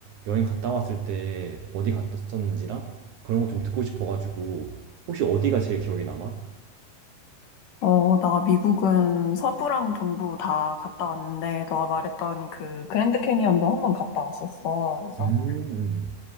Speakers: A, on the right; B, on the left.
A: 여행 갔다 왔을 때 어디 갔었는지랑 그런 거 좀 듣고 싶어가지고, 혹시 어디가 제일 기억에 남아?
B: 어, 나 미국은 서부랑 동부 다 갔다 왔는데, 너가 말했던 그 그랜드 캐니언도 한번 갔다 왔었어. 그래서
A: 음,